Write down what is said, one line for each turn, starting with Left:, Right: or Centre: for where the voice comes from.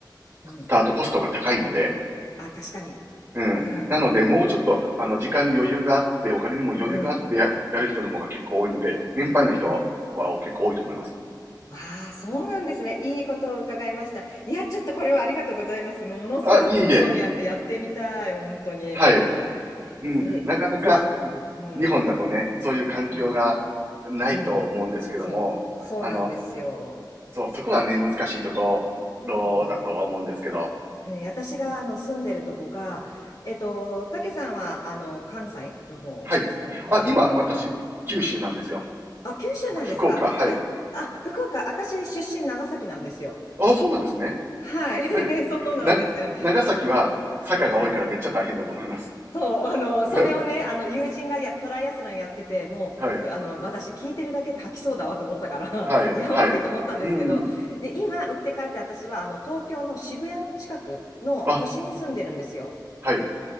Left: うん、うん。
Right: スタートコストが高いので、
Left: あ、確かに。
Right: うん。
Left: うん、
Right: なので、もうちょっと、あの、時間に余裕があって、お金にも余裕があってや、
Left: うん、
Right: やる人の方が結構多いので、年配の人はは結構多いと思います。
Left: うん。ああ、そうなんですね。いいことを伺いました。いや、ちょっとこれはありがとうございます。ものすごく興味あってやってみたい、
Right: あ、いえいえ。
Left: 本当に。
Right: はい。うん。
Left: ぜ、
Right: なかなか、
Left: ぜひ、うん、
Right: 日本だとね、そういう環境がないと思うんですけども、
Left: うん、うん。そう、そうなんですよ。
Right: あの、そう、そこはね、難しいところだとは思うんですけど、
Left: そうね、私があの住んでるとこが、えっと、たけさんはあの関西の方ですかね、
Right: はい。
Left: 今住まわれてるの。
Right: あ、今、私、九州なんですよ。
Left: あ、九州なんですか。
Right: 福、福岡、はい。
Left: え、あ、福岡、私出身長崎なんですよ。
Right: あ、そうなんですね。
Left: はい、
Right: はい。
Left: <laughs> そうなんですよ。
Right: な、長崎は坂が多いからめっちゃ大変だと思います。
Left: はい。そう、あの、
Right: <laughs>
Left: それをね、あの、友人がや、トライアスロンやってて、もう、
Right: はい。
Left: あの、私聞いてるだけで吐きそうだわと思ったから、
Right: はい。
Left: <laughs> やばいと思ったんですけど、
Right: はい。うん。
Left: で、今、売って変わって私は、あの、東京の渋谷の近くの都心に住んでるんですよ。
Right: あ、はい。